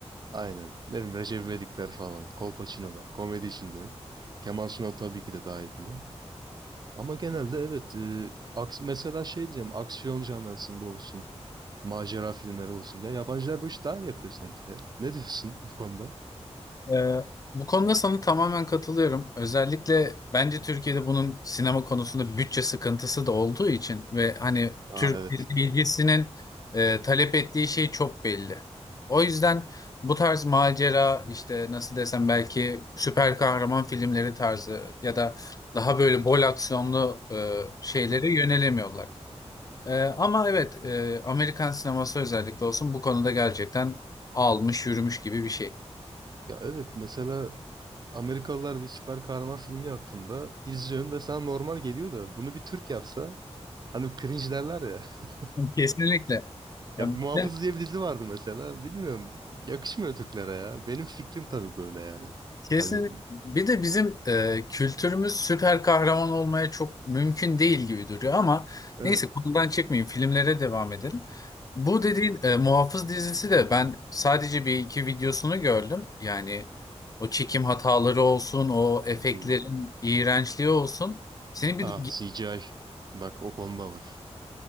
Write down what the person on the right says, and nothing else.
Aynen. Ne bileyim Recep İvedikler falan. Kolpaçinolar. Komedi için diyorum. Kemal Sunal tabii ki de dahil buna. Ama genelde evet. e, aks mesela şey diyeceğim. Aksiyon janrasında olsun. Macera filmleri olsun. Ya yabancılar bu işi daha iyi yapıyor sanki ya. Ne diyorsun bu konuda?
Aa
evet.
Hı.
Ya evet mesela Amerikalılar bir süper kahraman filmi yaptığında izliyorsun ve sana normal geliyor da bunu bir Türk yapsa hani cringe derler ya. <laughs>
Ya
Muhafız
diye bir dizi vardı mesela. Bilmiyorum. Yakışmıyor Türklere ya. Benim fikrim tabii böyle yani.
Hani
evet.
Hı-hı.
Ah CGI. Bak o konuda var.